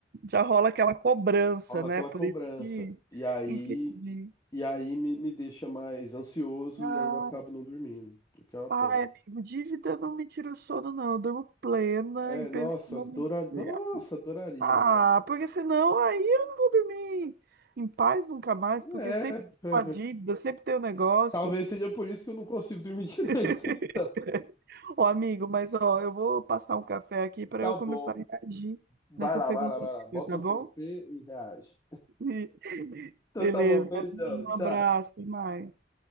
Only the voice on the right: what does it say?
já rola aquela cobrança,
né?
Por
isso que
entendi.
Ah,
ai,
amigo, dívida não me tira o sono, não. Eu durmo plena
e pensando
assim,
ah,
porque senão aí eu não vou dormir em paz nunca mais,
porque sempre tem
uma dívida,
sempre tem um negócio.
<laughs>
Ô, amigo, mas ó, eu vou passar um café aqui para
eu
começar a reagir
nessa
segunda-feira,
tá
bom?
<laughs>
Beleza.
Um
abraço, até mais.